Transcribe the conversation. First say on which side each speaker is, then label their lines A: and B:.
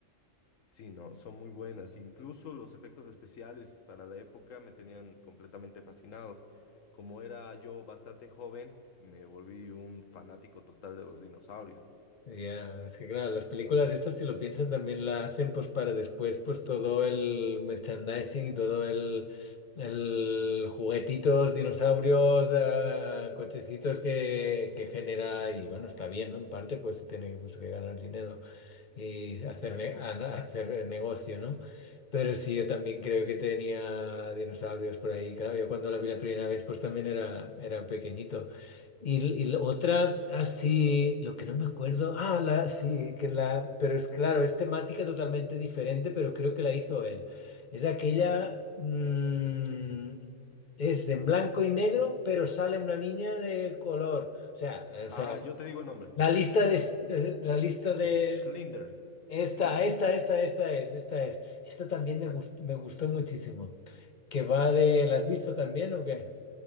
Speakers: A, on the left; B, on the left.
A: Sí, no, son muy buenas. Incluso los efectos especiales para la época me tenían completamente fascinados. Como era yo bastante joven, me volví un fanático total de los dinosaurios.
B: Ya, es que claro, las películas estas, si lo piensan, también la hacen pues para después, pues todo el merchandising y todo el, el juguetitos, dinosaurios, eh, cochecitos que, que genera y bueno, está bien, ¿no? En parte pues se tiene que, pues, que ganar dinero y hacer,
A: Exacto.
B: ne- a- hacer negocio, ¿no? Pero sí, yo también creo que tenía dinosaurios por ahí, claro, yo cuando la vi la primera vez pues también era, era pequeñito. Y, y la otra, así, lo que no me acuerdo, ah, la, sí, que la, pero es claro, es temática totalmente diferente, pero creo que la hizo él. Es aquella,
A: A ver.
B: mm, es en blanco y negro, pero sale una niña de color. O sea, eh,
A: Ah,
B: o sea,
A: yo te digo el nombre.
B: la
A: Yo
B: lista
A: te digo
B: de,
A: el nombre.
B: eh, la lista de,
A: De Schlinder.
B: esta,
A: Schlinder.
B: esta, esta, esta es, esta es. Esta también
A: Exacto.
B: me gustó, me gustó muchísimo. Que va de, ¿la has visto también o qué?